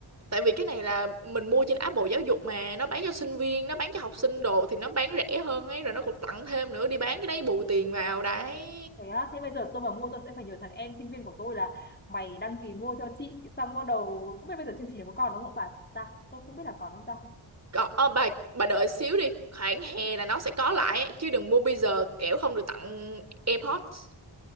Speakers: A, on the right; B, on the left.
A: tại vì cái này là mình mua trên app Bộ Giáo dục mà nó bán cho sinh viên nó bán cho học sinh đồ thì nó bán rẻ hơn ấy rồi nó còn tặng thêm nữa đi bán cái đấy bù tiền vào đấy
B: Thế á, thế bây giờ tôi mà mua tôi sẽ phải nhờ thằng em sinh viên của tôi là mày đăng ký mua cho chị xong bắt đầu không biết bây giờ chương trình này có còn đúng không bà? Ta, tôi không biết là còn không ta.
A: còn ờ, bà bà đợi xíu đi khoảng hè là nó sẽ có lại ấy. chứ đừng mua bây giờ kẻo không được tặng AirPods